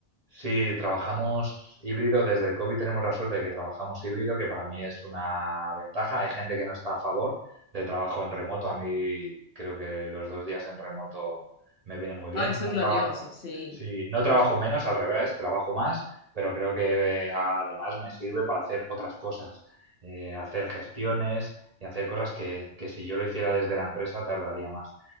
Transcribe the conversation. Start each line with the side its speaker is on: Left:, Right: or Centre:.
Right: Sí, trabajamos híbrido, desde el COVID tenemos la suerte de que trabajamos híbrido, que para mí es una ventaja. Hay gente que no está a favor del trabajo en remoto. A mí creo que los dos días en remoto me vienen muy bien.
Left: Ay, son
Right: No
Left: gloriosos,
Right: trabajo,
Left: sí.
Right: sí, no trabajo menos, al revés, trabajo más, pero creo que eh, además me sirve para hacer otras cosas, eh, hacer gestiones y hacer cosas que, que si yo lo hiciera desde la empresa tardaría más.